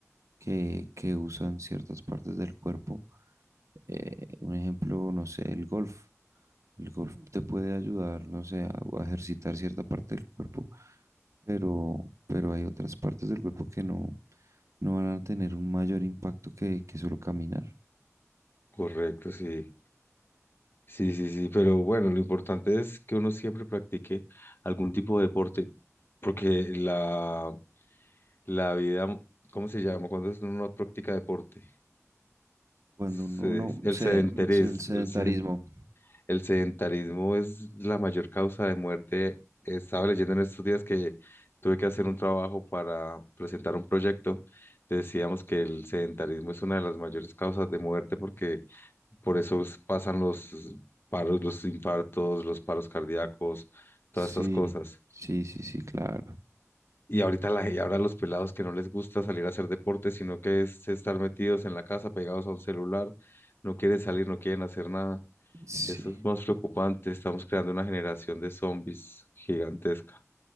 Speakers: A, on the right; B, on the left.
A: que, que usan ciertas partes del cuerpo. Eh, un ejemplo, no sé, el golf. El golf Ujú. te puede ayudar, no sé, a, a ejercitar cierta parte del cuerpo, pero, pero hay otras partes del cuerpo que no, no van a tener un mayor impacto que, que solo caminar.
B: correcto, sí. Sí, sí, sí, pero bueno, lo importante es que uno siempre practique algún tipo de deporte, porque la, la vida, ¿cómo se llama? Cuando es- uno no practica deporte,
A: Cuando
B: Se-
A: uno, uno
B: el
A: se,
B: sedentarismo,
A: se- el sedentarismo.
B: el El sedentarismo es la mayor causa de muerte. Estaba leyendo en estos días que tuve que hacer un trabajo para presentar un proyecto. Decíamos que el sedentarismo es una de las mayores causas de muerte porque por eso es- pasan los paros, los infartos, los paros cardíacos, todas
A: Sí,
B: estas cosas.
A: sí, sí, sí, claro.
B: Y ahorita la, y ahora los pelados que no les gusta salir a hacer deporte, sino que es estar metidos en la casa, pegados a un celular, no quieren salir, no quieren hacer nada.
A: Sí.
B: Eso es más preocupante. Estamos creando una generación de zombies gigantesca.